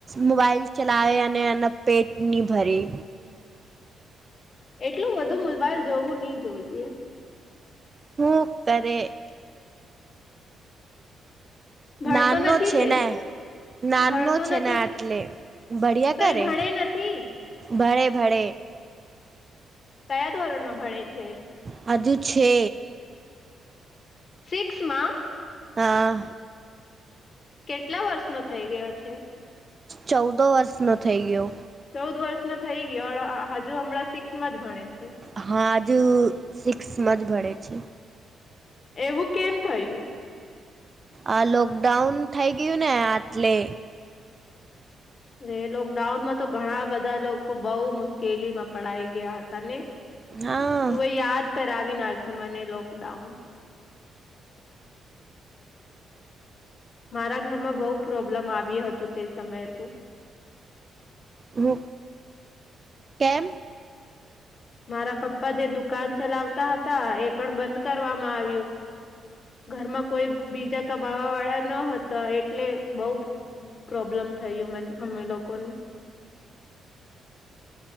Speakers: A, on the right; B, on the left.
A: મોબાઈલ ચલાવે અને એના પેટ ની ભરી.
B: એટલું બધું મોબાઈલ જોવું ની જોઈએ.
A: હૂ કરે.
B: <inaudible> ભણતો
A: નાનો
B: નથી
A: છેને!
B: છે
A: નાનો
B: ભણતો
A: છે
B: નથી
A: ને આટલે ભડિયા
B: તો
A: કરે.
B: એ ભણે નથી
A: ભણે ભડે.
B: કયા ધોરણમાં ભણે છે?
A: હજુ છે.
B: સિક્સમાં
A: હા.
B: કેટલા વર્ષનો થઈ ગયો છે?
A: ચૌદો વર્ષનો થઈ ગયો.
B: ચૌદ વર્ષનો થઈ ગયો હજુ હમણાં સિક્સમાં જ ભણે છે?
A: આજુ સિક્સમાં જ ભણે છે.
B: એવું કેમ થયું?
A: આ લોકડાઉન થઈ ગયું ને આટલે.
B: અ લોકડાઉનમાં તો ઘણા બધા લોકો બઉ મુશ્કેલીમાં પડાઈ ગયા હતા ને?
A: હા
B: તું એ યાદ કરાવી નાખુ મને લોકડાઉન. મારા ઘરમાં બઉુ પ્રોબ્લમ આવ હતું તે સમયે તો
A: અ કેમ.
B: મારા પપ્પા જે દુકાન ચલાવતા હતા એ પણ બંધ કરવામાં આવ્યો ઘરમાં કોઈ બીજા કમાવા વાળા ન હતા એટલે બઉ પ્રોબ્લેમ થયું મને અમે લોકો ને